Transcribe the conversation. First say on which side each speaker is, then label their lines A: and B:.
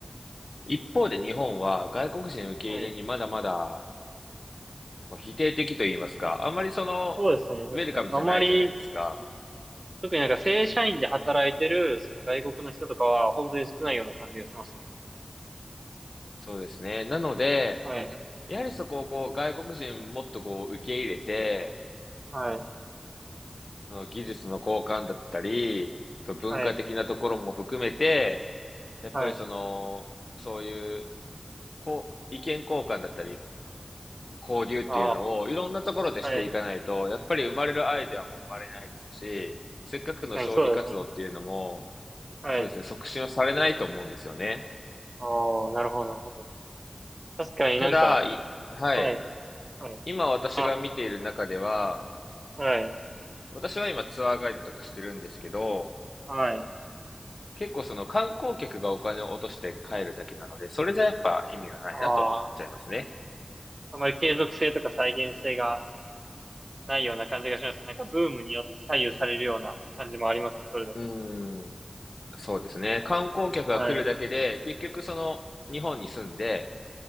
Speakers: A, on the left (about 70°); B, on the right (about 55°).
A: 一方で日本は外国人受け入れにまだまだ
B: はい。
A: まあ否定的と言いますか、あんまりその、
B: そうですね、確かに。
A: ウェルカムじゃないじゃないですか。
B: あまり、特になんか正社員で働いてる、その外国の人とかは、本当に少ないような感じがします。
A: そうですね。なので、
B: はい。
A: やはりそこをこう外国人もっとこう受け入れて、
B: はい。
A: その技術の交換だったり、その文化的なところも含めて、
B: はい。
A: やっぱりその、
B: はい。
A: そういうこう意見交換だったり、交流っていうのをいろんなところでしていかないと、
B: ああ、はい。
A: やっぱり生まれるアイデアも生まれないですし、せっかくの消費活動っていうのも、
B: 確かにそうですね。はい。
A: そうですね、促進はされないと思うんですよね。
B: ああ、なるほど、なるほど。確かになんか、
A: ただ、いはい。
B: はい。はい。
A: 今私が見ている中では、
B: あ、はい。
A: 私は今ツアーガイドとかしてるんですけど、
B: はい。
A: 結構その観光客がお金を落として帰るだけなので、それじゃやっぱ意味がないなと思っちゃいますね。
B: ああ、あまり継続性とか再現性がないような感じがしますね。なんかブームによって左右されるような感じもありますね、それだと。
A: うーん、そうですね。観光客が来るだけで、
B: はい。
A: 結局その日本に住んで、